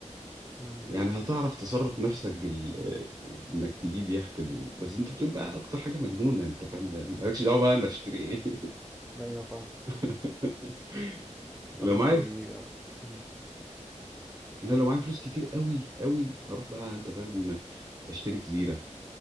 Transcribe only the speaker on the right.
يعني هتعرف تصرف نفسك بال انك تجيب يخت بال... بس انت بتقول بقى اكتر حاجه مجنونه انت فاهم بقى مالكش دعوه بقى انا اشتري ايه
<laughs> لو
معايا
انا لو معايا فلوس كتير قوي قوي هروح بقى انت فاهم اشتري جزيره